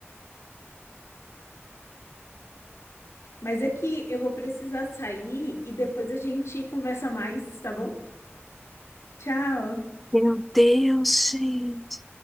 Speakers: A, on the left (about 75°); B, in the centre.
A: Mas é que eu vou precisar sair e depois a gente conversa mais, tá bom? Tchau.
B: meu Deus, gente.